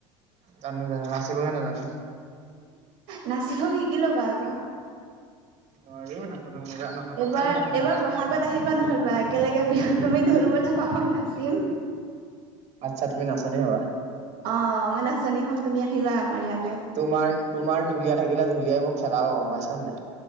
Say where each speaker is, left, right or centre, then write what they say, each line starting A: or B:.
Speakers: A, on the right (about 45°); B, on the right (about 65°).
A: জানো জানো, নাচিবহে নাজানা।
B: নাচিব শিকি ল'বা আক।
A: নোৱাৰো নচাটো মোৰ দ্বাৰা নহয়,
B: এইবাৰ
A: ককালে নাভাঙে
B: এইবাৰ
A: মোৰ।
B: বহাগত আহিবা নহলে একেলগে বিহুত তুমি ঢোল বজাবা মই নাচিম।
A: আচ্ছা তুমি নাচনি হবা।
B: অঁ মই নাচনী হম তুমি আহিবা আমাৰ ইয়ালে।
A: তোমাৰ, তোমাৰ ঢুলীয়া থাকিলে ঢুলীয়াই মোক খেদাব গম পাইছ নে নাই।